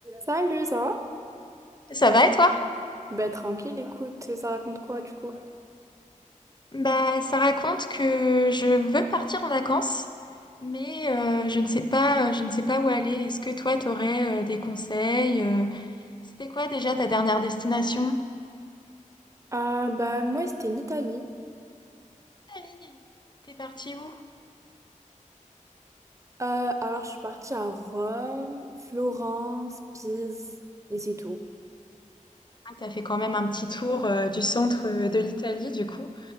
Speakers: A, on the right; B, on the left.
A: Salut, ça va?
B: Ça va et toi?
A: Bah, tranquille, écoute, ça raconte quoi du coup?
B: Bah, ça raconte que je veux partir en vacances, mais euh, je ne sais pas, euh, je ne sais pas où aller. Est-ce que toi, t'aurais euh, des conseils? euh, C'était quoi déjà ta dernière destination?
A: Euh, bah, moi, c'était l'Italie.
B: Italie. T'es parti où?
A: Euh, alors, je suis partie à Rome, Florence, Pise, et c'est tout.
B: Ah, t'as fait quand même un petit tour euh, du centre euh, de l'Italie, du coup.